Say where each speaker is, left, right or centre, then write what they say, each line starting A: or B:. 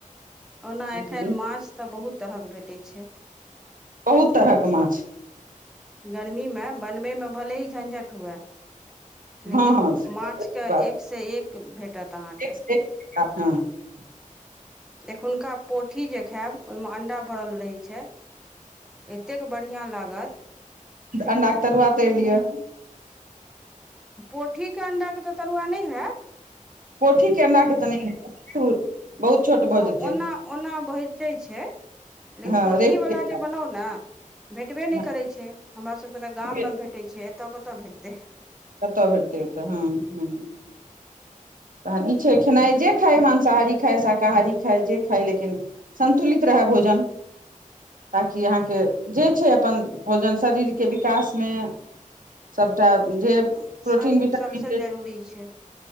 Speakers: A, in the centre; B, on the right (about 75°).
A: ओना
B: लेकिन
A: एखैन
B: ई
A: माछ त बहुत तरहक भेटैत छै।
B: बहुत तरहक माछ।
A: गरमीमे बनबैमे भले ही झञझटि हुअए। <unintelligible> लेकिन
B: हँ हँ
A: माछके
B: बात
A: एकसँ एक भेटत अहाँकेँ।
B: एक से
A: <unintelligible>
B: एक हँ। <unintelligible>
A: एखुनका पोठी जे खायब ओहिमे अण्डा भरल रहै छै। <unintelligible> एतेक बढ़िआँ लागत। <unintelligible>
B: अण्डाक तरुआ तरलियै। <unintelligible>
A: पोठी के अंडा के तऽ तरुआ नहि होयत। <unintelligible>
B: पोठी केड के तऽ नहि बहुत। <unintelligible>
A: हँ
B: जेतै
A: ओना -ओना भढ़िते छै लेकिन
B: हँ
A: पोठीवला
B: रेस्ट केलक,
A: जे बनाउ ने भेटबे नहि
B: हँ
A: करैत छै हमरासभके तऽ गाममे
B: रेस्ट
A: भेटैत छै। त कतऽ कतअ भेटते। <unintelligible>
B: कतऽ भेटतै होतै हँ ह। <unintelligible> तखन ई छै खेनाइ जे खाय मांसाहारी खाय शाकाहारी खााय जे खायइ लेकिन सन्तुलित रहय भोजन ताकि अहाँके जे छै अपन भोजन शरीरके विकासमे <unintelligible> सभटा जे। प्रोटीन
A: सभ
B: विटामिन
A: सभसँ जरूरी छै। <unintelligible>